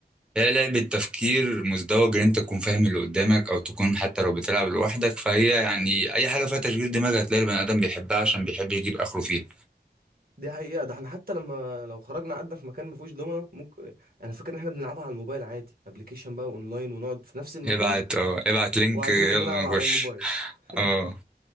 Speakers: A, in the centre; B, on the right.
A: هي لعبه تفكير مزدوج ان انت تكون فاهم اللي قدامك او تكون حتى لو بتلعب لوحدك فهي يعني اي حاجه فيها تشغيل دماغ هتلاقي البني ادم بيحبها عشان بيحب يجيب اخره فيها
B: دي حقيقة ده احنا حتى لما لو خرجنا قعدنا في مكان ما فيهوش دومنة ممكن انا فاكر ان احنا بنلعبها على الموبايل عادي ابلكيشن بقى اونلاين ونقعد في نفس المكان
A: ابعت اه ابعت لينك
B: وقاعدين
A: يلا
B: بنلعب على
A: نخش
B: الموبايل <laughs>
A: اه